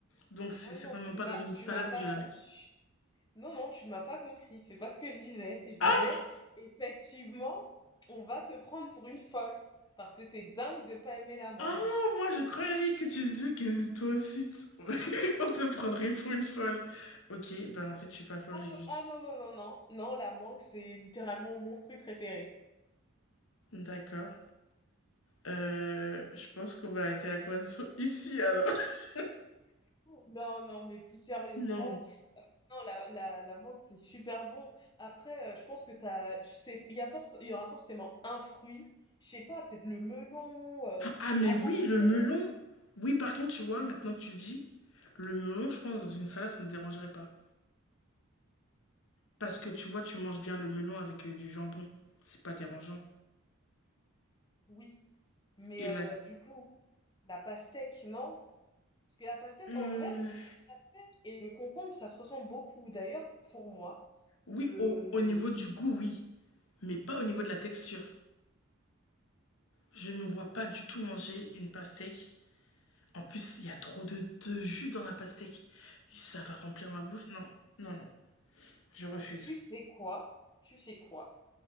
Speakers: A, on the left (about 65°); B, on the left (about 20°).
A: Donc c'est
B: Ah
A: certainement
B: non, tu
A: pas
B: m'as,
A: dans une
B: tu
A: salade
B: m'as pas,
A: que je vais la mettre.
B: tu- non, non, tu ne m'as pas compris, c'est pas ce que je disais. Je disais,
A: Ah,
B: effectivement, on va te prendre pour une folle parce que c'est dingue de pas aimer la mangue.
A: ah, moi je croyais que tu disais que toi aussi <laughs> on te prendrait pour une folle. Ok, ben en fait je suis pas folle,
B: Ah
A: j'ai
B: non,
A: juste...
B: ah non, non, non, non, non, la mangue, c'est littéralement mon fruit préféré.
A: D'accord. Euh, je pense qu'on va arrêter la conversation ici alors. <laughs>
B: Non, non, mais plus sérieusement,
A: Non.
B: non, la, la, la mangue, c'est super bon. Après, euh, je pense que t'as, c'est, il y a force, il y aura forcément un fruit, je sais pas, peut-être le melon, euh,
A: Ah mais
B: la
A: oui,
B: pastèque,
A: le melon. Oui, par contre, tu vois, maintenant que tu le dis, le melon, je pense, dans une salade, ça ne me dérangerait pas. Parce que tu vois, tu manges bien le melon avec euh, du jambon. C'est pas dérangeant.
B: oui, mais
A: Et
B: euh,
A: la...
B: du coup, la pastèque, non? Parce que la pastèque,
A: Hmm,
B: en vrai, la pastèque et le concombre, ça se ressemble beaucoup. D'ailleurs, pour moi,
A: Oui,
B: le,
A: au,
B: le,
A: au niveau du goût, oui. Mais pas
B: oui,
A: au niveau de la texture. Je me vois pas du tout manger une pastèque. En plus, il y a trop de, de jus dans la pastèque. Ça va remplir ma bouche. Non, non, non. Je refuse.
B: tu sais quoi? Tu sais quoi?